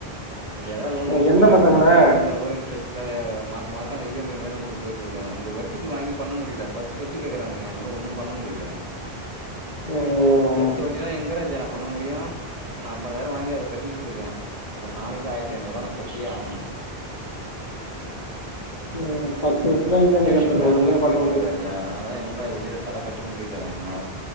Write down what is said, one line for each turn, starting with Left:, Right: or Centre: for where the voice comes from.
Right: கொஞ்சோ எதாது லோன் கீன்
Left: ஐ எந்த
Right: போட்டு எடுத்து
Left: பசங்கண்ணே
Right: குடுத்தீகன்னா கொஞ்சோ லோ இன்ட்ரஸ்ட்ல மாச மாச இ எம் ஐ மாரி நம்மளுக்கு போய்ட்டு இருக்கு இங்க வட்டி வாங்கி பண்ண முடில பத் பத்து வட்டி கேக்குறானுங்க என்னால ஒன்னு பண்ண முடில
Left: ம்
Right: பத்து வட்டினா எங்க ராஜா நா பண்ண முடியு இப்ப <unintelligible> வாங்கி அத கட்டிக்கிட்ருக்கே ஒரு நாளைக்கி ஆயரத்தி ஐநூறு ருவா நா கட்டியே ஆகணு <unintelligible>
Left: ம் பத்து வருஷமா இஎம்ஐ
Right: சுச்சுவேஷன்
Left: கட்டுறது
Right: வேற
Left: ஒண்ணுமே
Right: மாரி போய்ட்டு
Left: பண்ண
Right: இருக்கு
Left: முடியாது
Right: ராஜா அதுனாலதா என்னால வெளில தல காட்ட முடில நா